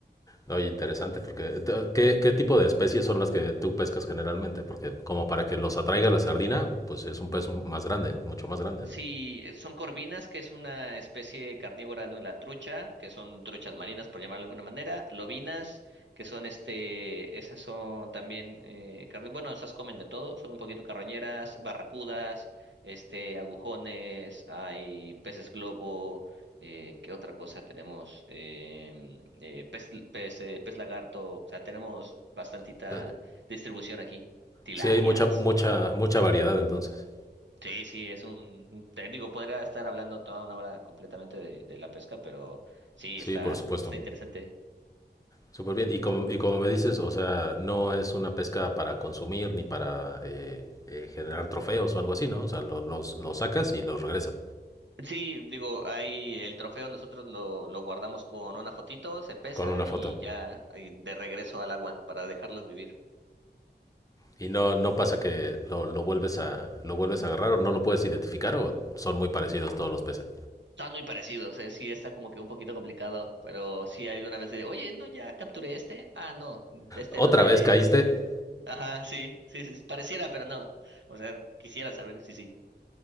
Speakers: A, on the left; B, on the right.
A: Oye, interesante, porque eh, t- ¿qué, ¿qué tipo de especies son las que tú pescas generalmente? Porque como para que los atraiga la sardina, pues es un pez más grande, mucho más grande.
B: Sí,
A: ¿no?
B: eh, son corvinas, que es una especie carnívora de la trucha, que son truchas marinas, por llamarlo de alguna manera, lobinas, que son este, esas son también eh, carni- bueno, esas comen de todo, son un poquito carroñeras, barracudas, este, agujones, hay peces globo, eh, ¿qué otra cosa tenemos? Em, eh, pez, pez, eh, pez lagarto, o sea, tenemos bastantita
A: O sea,
B: distribución aquí, tilapias.
A: sí, hay mucha, mucha, mucha variedad entonces.
B: Sí, sí, es un un técnico. Podría estar hablando toda una hora completamente de, de la pesca, pero sí,
A: Sí,
B: está,
A: por supuesto.
B: está interesante.
A: Súper bien. Y como, y como me dices, o sea, no es una pesca para consumir ni para eh, eh, generar trofeos o algo así, ¿no? O sea, lo- los, los sacas y los regresas.
B: Sí, digo, ahí el trofeo nosotros lo, lo guardamos con una fotito, se pesa
A: con una
B: y
A: foto.
B: ya y de regreso al agua para dejarlos vivir.
A: Y no, no pasa que lo, lo vuelves a, lo vuelves a agarrar o no lo puedes identificar o son muy parecidos todos los peces.
B: Están muy parecidos, eh, Sí, está como que un poquito complicado, pero sí hay una vez de, oye, no, ya capturé este. Ah, no, este
A: Otra
B: no tiene
A: vez caíste,
B: es- Ajá, sí, sí, sí, pareciera, pero no. O sea, quisiera saber si sí.